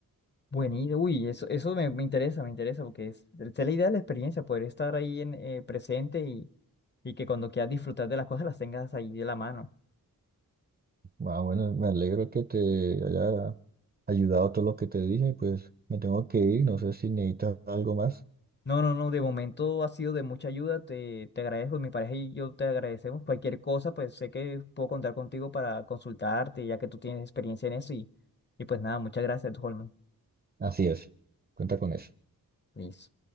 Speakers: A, on the left; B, on the right.
A: Buenísimo. Uy, eso, eso me, me interesa, me interesa, porque es, es la idea de la experiencia, poder estar ahí en, eh, presente y, y que cuando quieras disfrutar de las cosas las tengas ahí de la mano.
B: Ah, bueno, me alegro que te haya ayudado todo lo que te dije, pues me tengo que ir, no sé si necesitas algo más.
A: No, no, no, de momento ha sido de mucha ayuda, te, te agradezco, mi pareja y yo te agradecemos. Cualquier cosa, pues sé que puedo contar contigo para consultarte, ya que tú tienes experiencia en eso y, y pues nada, muchas gracias, Holman.
B: Así es, cuenta con eso.
A: Listo.